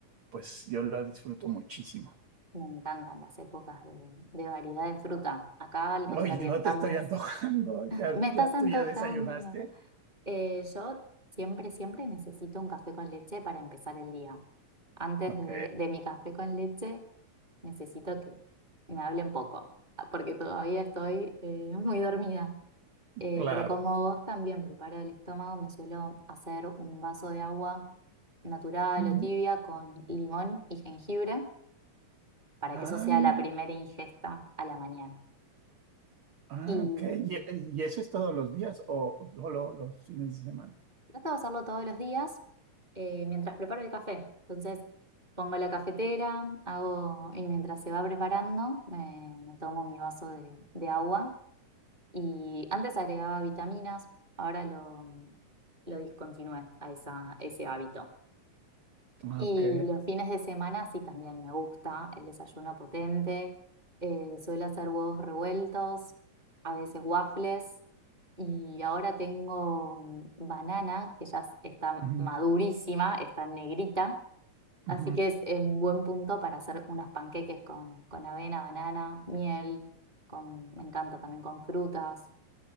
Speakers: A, on the right (about 75°); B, on the right (about 15°).
A: pues yo la disfruto muchísimo.
B: me encantan las épocas de, de variedad de fruta. Acá, al
A: Oye,
B: contrario,
A: no
B: estamos...
A: te estoy antojando, <laughs>
B: <laughs>
A: ya,
B: Me estás
A: ya
B: antojando.
A: tú ya desayunaste.
B: Eh, yo siempre, siempre necesito un café con leche para empezar el día. Antes
A: Ok,
B: de, de mi café con leche, necesito que me hablen poco, ah, porque todavía estoy eh, <laughs> muy dormida. Eh,
A: claro.
B: pero como vos también preparo el estómago, me suelo hacer un vaso de agua natural
A: Mm.
B: o tibia con limón y jengibre para
A: Ah,
B: que eso sea
A: mira.
B: la primera ingesta a la mañana.
A: Ah,
B: Y
A: ok. ¿Y, y eso es todos los días o solo los fines de semana?
B: trato de hacerlo todos los días eh, mientras preparo el café. Entonces pongo la cafetera, hago, y mientras se va preparando, me, me tomo mi vaso de, de agua. Y antes agregaba vitaminas, ahora lo, lo discontinué a esa, ese hábito.
A: Ah,
B: Y
A: Ok.
B: los fines de semana sí también me gusta el desayuno potente. Eh, suelo hacer huevos revueltos, a veces waffles. Y ahora tengo banana, que ya s- está
A: Ujú,
B: madurísima, está negrita. Así
A: ujú.
B: que es, es un buen punto para hacer unos panqueques con, con avena, banana, miel. Con, me encanta también con frutas.